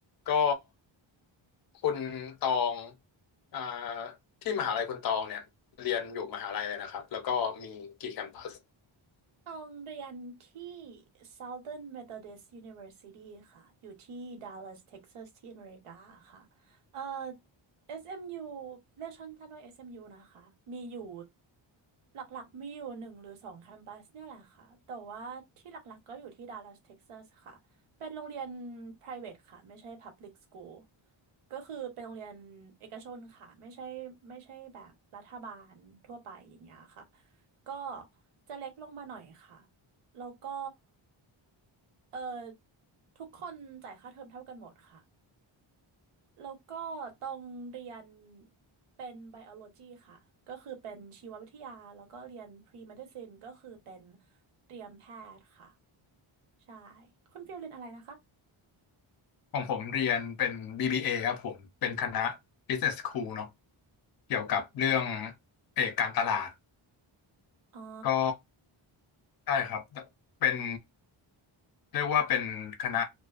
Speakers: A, on the left (about 50°); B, on the right (about 85°).
A: ก็คุณตองอ่าที่มหาลัยคุณตองเนี่ยเรียนอยู่มหาลัยเลยนะครับแล้วก็มีกี่แคมปัส
B: ตองเรียนที่ Southern Methodist University ค่ะ อยู่ที่ Dallas Texas ที่อเมริกาค่ะเอ่อ SMU เอ็มยูเรียกสั้นๆว่า SMU นะคะ มีอยู่หลักๆมีอยู่หนึ่งหรือสองแคมปัสเนี่ยแหละค่ะ แต่ว่าที่หลักๆก็อยู่ที่ Dallas Texas ค่ะ เป็นโรงเรียน private ค่ะ ไม่ใช่ public school ก็คือเป็นโรงเรียนเอกชนค่ะ ไม่ใช่ไม่ใช่แบบรัฐบาลทั่วไปอย่างเงี้ยค่ะ ก็จะเล็กลงมาหน่อยค่ะ แล้วก็เอ่อทุกคนจ่ายค่าเทอมเท่ากันหมดค่ะ แล้วก็ตรงเรียนเป็นไบโอโลจีค่ะ ก็คือเป็นชีววิทยา แล้วก็เรียนพรีเมดิซินก็คือเป็นเตรียมแพทย์ค่ะ ใช่ คุณฟิลเรียนอะไรนะคะ
A: ของผมเรียนเป็น BBA ครับผมเป็นคณะ Business School เนาะเกี่ยวกับเรื่องเอกการตลาด
B: อ๋อ
A: ก็ใช่ครับเป็นเรียกว่าเป็นคณะ